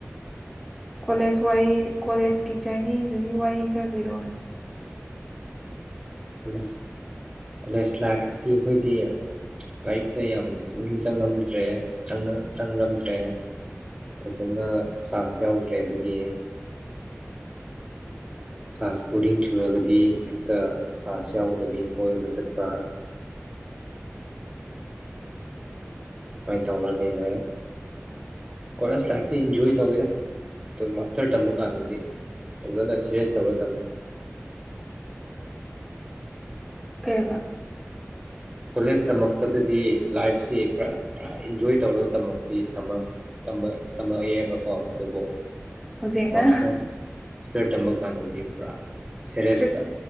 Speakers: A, in the centre; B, on the right.
A: ꯀꯣꯂꯦꯖ ꯋꯥꯔꯤ ꯀꯣꯂꯦꯖꯀꯤ ꯖꯔꯅꯤꯗꯨꯒꯤ ꯋꯥꯔꯤ ꯈꯔ ꯂꯤꯔꯣꯏ
B: ꯀꯣꯂꯦꯖ ꯀꯣꯂꯦꯖ ꯂꯥꯞꯇꯤ ꯑꯩꯈꯣꯏꯗꯤ ꯂꯥꯏꯔꯤꯛꯇ ꯌꯥꯝ ꯄꯨꯛꯅꯤꯡ ꯆꯪꯉꯝꯗ꯭ꯔꯦ ꯆꯪꯔꯝꯗ꯭ꯔꯦ ꯐꯖꯅ ꯀ꯭ꯂꯥꯁ ꯌꯥꯎꯗ꯭ꯔꯦ ꯑꯗꯨꯒꯤ
A: <inaudible>
B: ꯀ꯭ꯂꯥꯁ ꯕꯣꯔꯗꯤꯡ ꯆꯨꯔꯒꯗꯤ ꯍꯦꯛꯇ ꯀ꯭ꯂꯥꯁ ꯌꯥꯎꯗꯕꯤ ꯀꯣꯏꯕ ꯆꯠꯄ ꯀꯃꯥꯏꯅ ꯇꯧꯔ ꯂꯩꯔꯦ ꯀ ꯂꯥꯏ ꯏꯟꯖꯣꯏ ꯇꯧꯋꯤꯗ ꯑꯗꯣ ꯃꯥꯁꯇꯔ ꯇꯝꯕ ꯀꯥꯟꯗꯗꯤ ꯐꯖꯅ ꯁꯦꯔꯤꯦꯁ ꯇꯧꯔ ꯇꯝꯃꯤ
A: <inaudible> ꯀꯦꯕ
B: ꯀꯣꯂꯦꯖ ꯇꯝꯃꯛꯄꯗꯗꯤ ꯂꯥꯏꯐꯁꯤ ꯄꯨꯔꯥ ꯄꯨꯔꯥ ꯏꯟꯖꯣꯏ ꯇꯧꯔꯒ ꯇꯝꯃꯛꯄꯤ ꯇꯃꯛ ꯇꯝꯃꯛꯑꯦꯕꯀꯣ ꯑꯗꯨ ꯁꯇꯔ
A: ꯍꯧꯖꯤꯛꯅ
B: ꯃꯥꯁꯇꯔ ꯇꯝꯕ ꯀꯥꯟꯗꯗꯤ ꯄꯨꯔꯥ ꯁꯦꯔꯦꯁꯇ
A: ꯏꯁꯇ꯭ꯔꯤꯛ